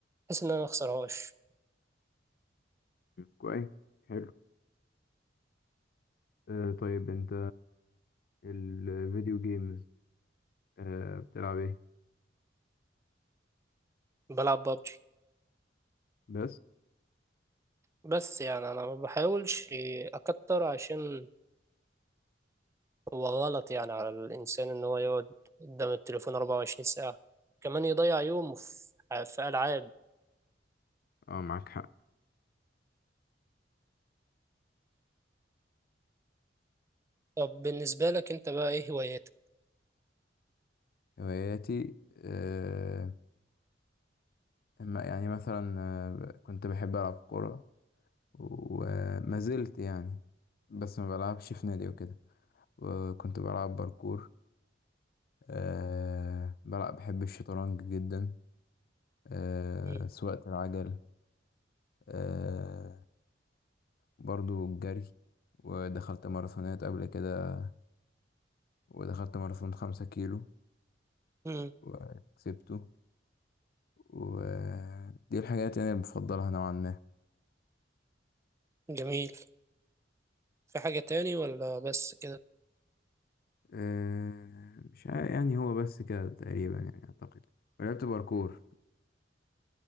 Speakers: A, on the right; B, on the left.
A: بحيث ان انا ما اخسرهاش
B: كويس حلو آه طيب انت الفيديو جيمز آه بتلعب ايه
A: بلعب ببجي
B: بس
A: بس يعني انا ما بحاولش اكتر عشان هو غلط يعني على الانسان ان هو يقعد قدام التليفون 24 ساعه كمان يضيع يومه في في العاب
B: اه معاك حق
A: طب بالنسبه لك انت بقى ايه هواياتك
B: هواياتي آه ما- يعني مثلا آه، كنت بحب العب كوره وما زلت يعني بس ما بلعبش في نادي وكده وكنت بلعب باركور آه بلعب بحب الشطرنج جدا آه
A: مم.
B: سواقة العجل آه برضو الجري ودخلت ماراثونات قبل كده ودخلت ماراثون خمسة كيلو
A: مم.
B: وكسبته ودي الحاجات يعني اللي بفضلها نوعا ما
A: جميل في حاجه تاني ولا بس كده
B: آه، مش عارف يعني هو بس كده تقريبا يعني أعتقد ولعبت باركور